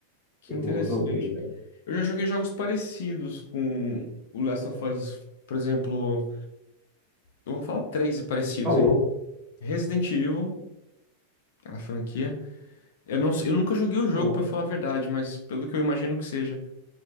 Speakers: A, on the left; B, in the centre.
A: Que
B: que
A: interessante.
B: eu joguei já.
A: Eu já joguei jogos parecidos com o Last of Us, por exemplo, eu vou falar três parecidos,
B: Falou,
A: hein? Resident Evil, aquela franquia. Eu não, sei- eu nunca joguei o jogo,
B: falou.
A: pra falar a verdade, mas pelo que eu imagino que seja.